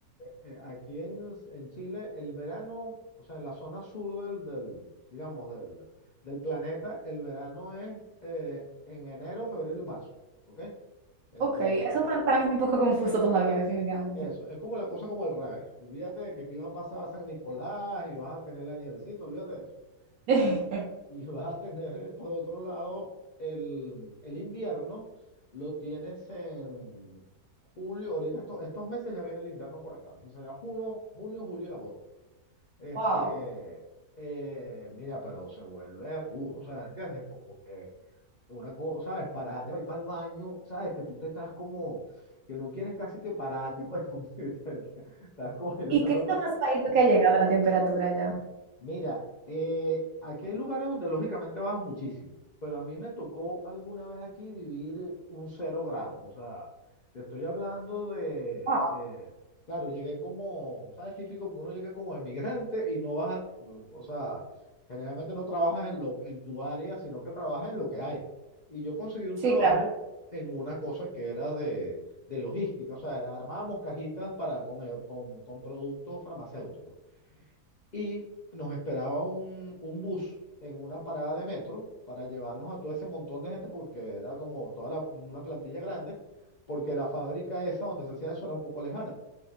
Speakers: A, on the left (about 65°); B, on the right (about 70°).
A: eh, aquí en, en Chile, el verano, o sea, en la zona sur del, del, digamos, del, del planeta, el verano es eh, en enero, febrero y marzo, ¿ok? Entonces,
B: Ok, eso para, para mí es un poco confuso todavía, definitivamente.
A: eso, es como la cosa como el revés. Olvídate de que aquí va a pasar San Nicolás y vas a tener la nievecita, olvídate de eso.
B: <laughs>
A: Y, y <laughs> vas a tener, eh, por otro lado, el, el invierno, lo tienes en julio, ahorita esto- estos meses ya viene el invierno por acá, eso sería junio, junio, julio y agosto. Este,
B: Wow.
A: eh, mira, pero se vuelve rudo, o sea, ¿entiendes? Como que una cosa, ¿sabes? Parate para ir para el baño, ¿sabes? Que tú te estás como, que no quieres casi que parate, pero <laughs> estás congelándote
B: ¿Y qué es lo más bajito que ha llegado la temperatura ya?
A: Mira, eh, aquí hay lugares donde lógicamente baja muchísimo, pero a mí me tocó alguna vez aquí vivir un cero grado. O sea, te estoy hablando de,
B: Wow.
A: eh, claro, llegué como, ¿sabes? Típico que uno llegue como emigrante y no baja, o sea, generalmente no trabajas en lo, en tu área, sino que trabajas en lo que hay. Y yo conseguí un
B: Sí,
A: trabajo
B: claro.
A: en una cosa que era de, de logística, o sea, era- armábamos cajitas para, con, eh, con con productos farmacéuticos y nos esperaba un, un bus en una parada de metro para llevarnos a todo ese montón de gente porque era como toda la- una plantilla grande, porque la fábrica esa donde se hacía eso era un poco lejana.